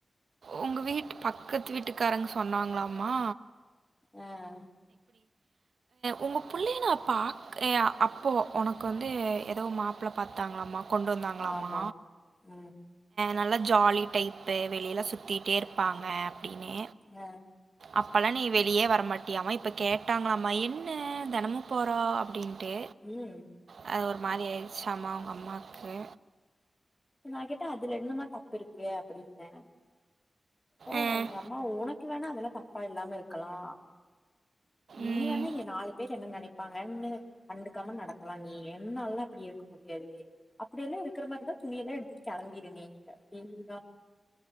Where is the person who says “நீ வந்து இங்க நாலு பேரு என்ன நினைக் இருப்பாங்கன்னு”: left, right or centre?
Left